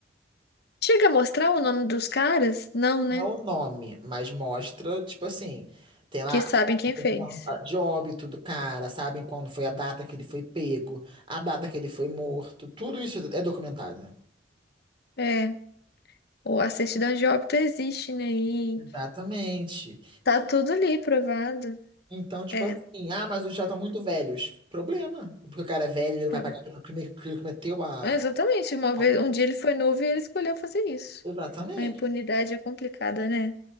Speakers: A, on the left; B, on the right.
A: Chega a mostrar o nome dos caras? Não,
B: Não
A: né?
B: o nome, mas mostra, tipo assim, tem lá
A: Que sabem quem
B: a certidão
A: fez.
B: de óbito do cara, sabem quando foi a data que ele foi pego, a data que ele foi morto. Tudo isso é documentado.
A: É, o- a certidão de óbito existe, né? E
B: Exatamente.
A: tá tudo ali provado.
B: Então, tipo
A: É,
B: assim, ah, mas os já estão muito velhos. Problema. Porque o cara é velho, ele não
A: por-
B: vai pagar pelo crime que ele cometeu a.
A: é, exatamente. Uma vez,
B: a-
A: um dia ele foi novo e ele escolheu fazer isso.
B: Exatamente.
A: A impunidade é complicada, né?